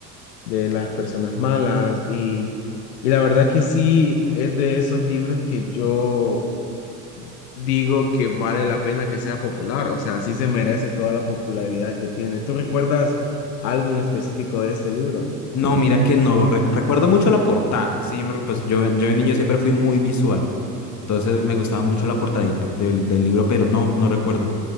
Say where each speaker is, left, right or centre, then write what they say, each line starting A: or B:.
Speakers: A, on the left (about 75°); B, on the left (about 35°).
A: de las personas malas y, y la verdad que sí es de esos libros que yo digo que vale la pena que sea popular, o sea, sí se merece toda la popularidad que tiene. ¿Tú recuerdas algo en específico de este libro?
B: No, mira que no, rec- recuerdo mucho la portada, sí, me- pues yo, yo de niño siempre fui muy visual, entonces me gustaba mucho la portadita del, del libro, pero no, no recuerdo.